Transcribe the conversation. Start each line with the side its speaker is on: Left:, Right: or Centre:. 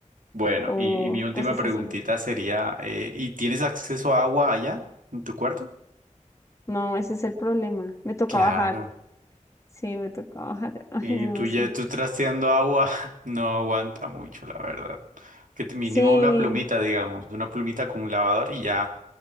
Right: Bueno,
Left: o
Right: y, y mi última
Left: cosas
Right: preguntita
Left: así.
Right: sería, eh, ¿y tienes acceso a agua allá en tu cuarto?
Left: No, ese es el problema. Me toca
Right: Claro.
Left: bajar. Sí, me toca bajar. Ay,
Right: Y
Left: no,
Right: tú
Left: eso.
Right: ya tú trasteando agua <laughs> no aguanta mucho, la verdad. Que te- mínimo
Left: Sí,
Right: una plumita, digamos, una plumita con un lavador y ya,